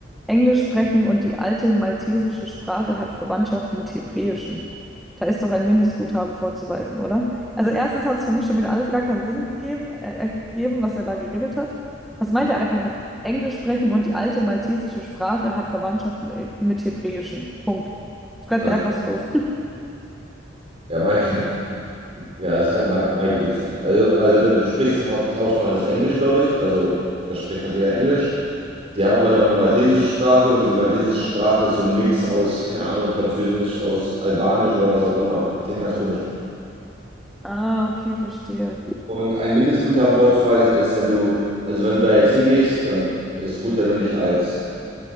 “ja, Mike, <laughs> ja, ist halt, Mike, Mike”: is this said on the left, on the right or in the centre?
Right